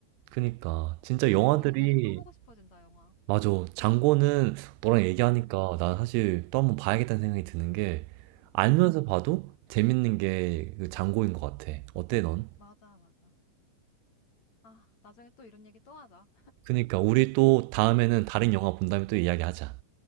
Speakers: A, on the right; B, on the left.
A: 그니까 진짜 영화들이
B: 이거 얘기하니까 또 보고 싶어진다, 영화.
A: 맞아. 장고는 너랑 얘기하니까
B: 응,
A: 나 사실 또 한번 봐야겠다는 생각이 드는 게 알면서
B: 응,
A: 봐도 재밌는 게그 장고인 것 같아. 어때 넌?
B: 맞아, 맞아. 아, 나중에 또 이런 얘기 또 하자.
A: 그니까 우리 또 다음에는
B: 응.
A: 다른 영화 본 다음에 또 이야기하자.